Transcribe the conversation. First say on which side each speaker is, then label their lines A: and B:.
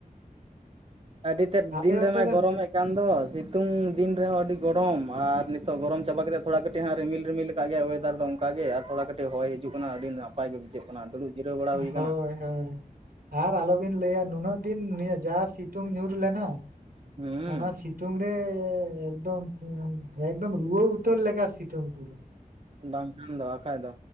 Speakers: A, on the right; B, on the right.
A: ᱟᱹᱰᱤ ᱛᱮᱫ
B: ᱟᱯᱮ
A: ᱫᱤᱱ
B: ᱚᱱᱛᱮ
A: ᱨᱮᱢᱟ
B: ᱫᱚ
A: ᱜᱚᱨᱚᱢ ᱢᱮᱜ ᱠᱟᱱ ᱫᱚ ᱥᱤᱛᱩᱝ ᱫᱤᱱ ᱨᱮᱦᱚᱸ ᱟᱹᱰᱤ ᱜᱚᱨᱚᱢ ᱟᱨ ᱱᱤᱛᱚᱜ ᱜᱚᱨᱚᱢ ᱪᱟᱵᱟ ᱠᱟᱛᱮ ᱛᱷᱚᱲᱟ ᱠᱟᱹᱴᱤᱡ ᱦᱟᱸᱜ ᱨᱤᱢᱤᱞ ᱨᱤᱢᱤᱞ ᱠᱟ ᱜᱮᱭᱟ ᱚᱭᱮᱫᱟᱨ ᱫᱚ ᱚᱝᱠᱟ ᱜᱮ ᱟᱨ ᱛᱷᱚᱲᱟ ᱠᱟᱹᱴᱤᱡ ᱦᱚᱭ ᱦᱤᱡᱩᱜ ᱠᱟᱱᱟ ᱟᱹᱰᱤ ᱱᱟᱯᱟᱭ ᱜᱮ ᱵᱩᱡᱷᱟᱹᱜ ᱠᱟᱱᱟ ᱫᱩᱲᱩᱵ ᱡᱤᱨᱟᱹᱣ ᱵᱟᱲᱟ ᱦᱩᱭ
B: ᱦᱳᱭ
A: ᱠᱟᱱᱟ᱾
B: ᱦᱳᱭ ᱟᱨ ᱟᱞᱚᱵᱤᱱ ᱞᱟᱹᱭᱟ ᱱᱩᱱᱟᱹᱜ ᱫᱤᱱ ᱱᱤᱭᱟᱹ ᱡᱟ ᱥᱤᱛᱩᱝ ᱧᱩᱨ ᱞᱮᱱᱟ᱾
A: ᱦᱩᱸ
B: ᱚᱱᱟ ᱥᱤ ᱛᱩᱝ ᱨᱮ ᱮᱠᱫᱚᱢ ᱮᱠᱫᱚᱢ ᱨᱩᱣᱟᱹ ᱩᱛᱟᱹᱨ ᱞᱮᱠᱟ ᱥᱤᱛᱩᱝ ᱯᱩᱨᱟᱹ᱾
A: ᱵᱟᱝ ᱠᱷᱟᱱ ᱫᱚ ᱟᱠᱷᱟᱡ ᱫᱚ